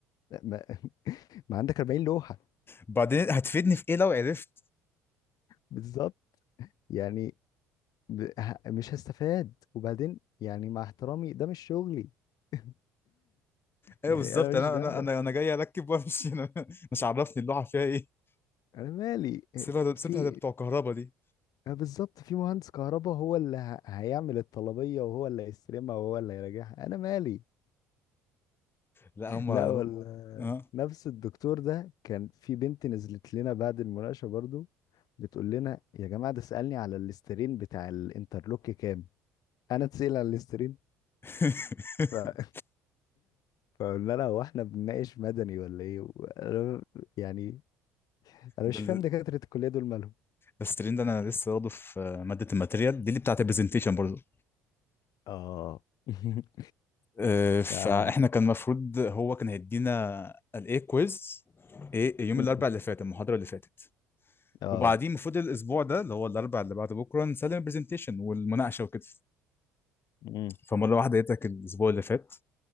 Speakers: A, on the left; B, on the left.
A: ما, <laughs> ما عندك 40 لوحة
B: بعدين هتفيدني في ايه لو عرفت
A: بالظبط يعني ب- ه- مش هستفاد وبعدين يعني مع احترامي ده مش شغلي <laughs>
B: ايوه
A: يعني
B: بالظبط
A: انا ماليش
B: انا
A: دعوة
B: انا انا انا جاي اركب وامشي <laughs> انا مش عرفني اللوحه فيها ايه
A: انا مالي
B: سيبها
A: آه،
B: ده سيبها
A: في
B: ده بتوع كهربا دي
A: اه بالظبط في مهندس كهرباء هو اللي ه- هيعمل الطلبية وهو اللي هيستلمها وهو اللي هيراجعها انا مالي
B: لا هم
A: لا
B: اه
A: ولا نفس الدكتور ده كان في بنت نزلت لنا بعد المناقشة برضو بتقول لنا يا جماعة ده سألني على الاسترين بتاع الانترلوك كام انا اتسأل على الاسترين
B: <laughs>
A: ف... <laughs> فقلنا لها هو احنا بنناقش مدني ولا ايه و- أنا- يعني انا مش
B: ده ال-
A: فاهم دكاترة الكلية دول مالهم
B: الستريم ده انا لسه واخده في ماده الماتيريال دي اللي بتاعت البرزنتيشن برضه
A: اه <laughs>
B: آه، فاحنا
A: اه
B: كان المفروض هو كان هيدينا الايه كويز ايه يوم
A: مم.
B: الاربع اللي فات المحاضره اللي فاتت
A: اه
B: وبعدين المفروض الاسبوع ده اللي هو الاربع اللي بعد بكره نسلم البرزنتيشن والمناقشه وكده
A: مم.
B: فمره واحده لقيتك الاسبوع اللي فات